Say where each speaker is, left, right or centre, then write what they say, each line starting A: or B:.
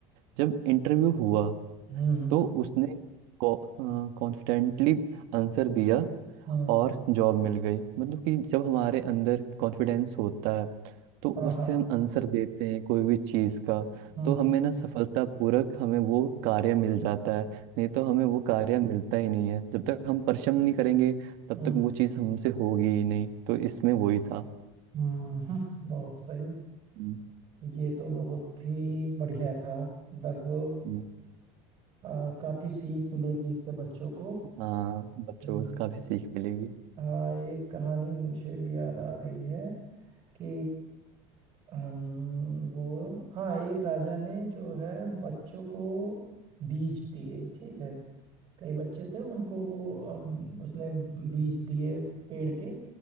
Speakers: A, on the right (about 60°); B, on the right (about 35°).
A: जब इंटरव्यू हुआ
B: हम्म
A: तो उसने कॉन्फिडेंटली आंसर दिया
B: हम्म,
A: और जॉब मिल गई मतलब कि जब हमारे अंदर कॉन्फिडेंस होता है तो
B: हाँ
A: उससे
B: हाँ
A: हम आंसर देते हैं कोई भी चीज़ का
B: हम्म
A: तो हमें
B: हम्म
A: ना सफलतापूर्वक हमें वो कार्य मिल जाता है नहीं तो हमें वो कार्य मिलता ही नहीं है जब तक हम परिश्रम नहीं करेंगे तब
B: हम्म
A: तक वो चीज़ हमसे होगी ही नहीं तो इसमें वही था
B: हम्म हम्म, बहुत सही
A: हम्म,
B: ये तो बहुत ही बढ़िया था मतलब
A: हम्म,
B: अ, काफी सीख मिलेगी इससे बच्चों को
A: हाँ
B: हम्म
A: बच्चों को काफ़ी सीख मिलेगी
B: हाँ ये कहानी मुझे भी याद आ रही है कि हम वो हाँ एक राजा ने जो है बच्चों को बीज दिए ठीक है कई बच्चे थे उनको वो अ, उसने बीज दिए पेड़ के